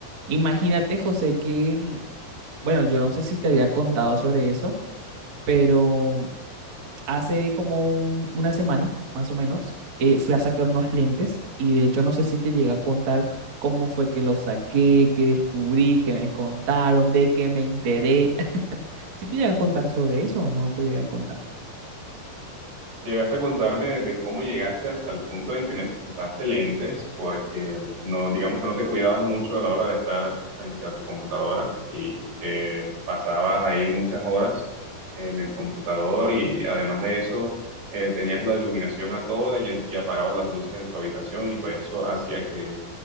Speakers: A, on the right (about 50°); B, on the right (about 70°).
A: Imagínate, José, que, mm, bueno, yo no sé si te había contado sobre eso, pero hace como un- una semana, más o menos, eh, fui a sacar unos lentes y de hecho no sé si te llegué a contar cómo fue que los saqué, qué descubrí, qué me contaron, de qué me enteré. <laughs> ¿Sí te llegué a contar sobre eso o no te llegué a contar?
B: Llegaste a contarme de cómo llegaste hasta el punto en que necesitaste lentes porque no, digamos que no te cuidabas mucho a la hora de estar frente a tu computadora y que pasabas ahí muchas horas en el computador y además de eso eh, tenías la iluminación a toda y, y apagabas las luces de tu habitación y pues eso hacía que